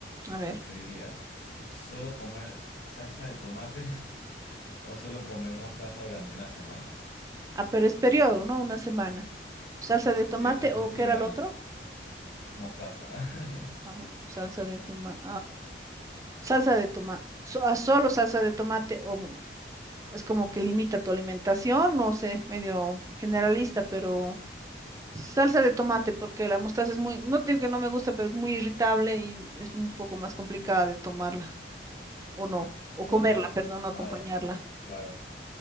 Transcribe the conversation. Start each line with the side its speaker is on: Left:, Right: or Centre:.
Right: a ver.
Left: ¿Preferirías solo comer salsa de tomate <laughs> o solo comer mostaza durante una semana?
Right: Ah, pero es periodo, ¿no? Una semana. ¿Salsa de
Left: Sí,
Right: tomate
Left: esta es
Right: o
Left: muy trivial,
Right: qué era el otro?
Left: mostaza. <laughs>
Right: Vamos, salsa de tomate. salsa de tomate. solo salsa de tomate o mo- es como que limita tu alimentación, no sé, medio generalista, pero salsa de tomate porque la mostaza es muy, no digo que no me gusta, pero es muy irritable y es un poco más complicada de tomarla. o no,
Left: Sí,
Right: o comerla,
Left: adem-
Right: perdón, o acompañarla.
Left: ade- claro.